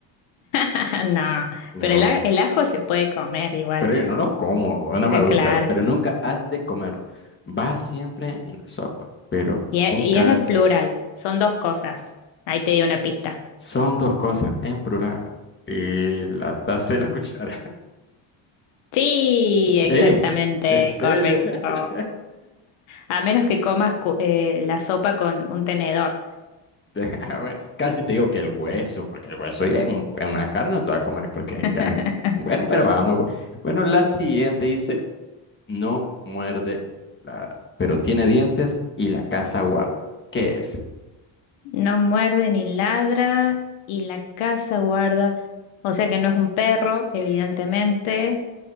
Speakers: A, on the left; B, on the left.
A: Ah, no,
B: No,
A: pero el, a- el ajo se puede comer igual.
B: pero yo no lo como, no
A: Eh,
B: me gusta,
A: Claro.
B: pero nunca has de comerlo. Va siempre en la sopa, pero
A: Y, e-
B: nunca
A: y es en
B: has...
A: plural. Son dos cosas. Ahí te di una pista.
B: Son dos cosas en plural. Y la taza y la cuchara.
A: Sí,
B: <laughs>
A: exactamente,
B: ¡Eh! ¿En serio?
A: correcto.
B: <laughs>
A: <laughs> A menos que comas cu- eh, la sopa con un tenedor.
B: Te- Ah, bueno, Casi te digo que el hueso, porque el hueso ya es, un- es una carne, no te va a comer porque hay
A: <laughs>
B: carne. Bueno, pero vamos. bu- Bueno, la siguiente dice... No muerde, ladra, pero tiene dientes y la casa guarda. ¿Qué es?
A: No muerde ni ladra y la casa guarda. O sea que no es un perro, evidentemente.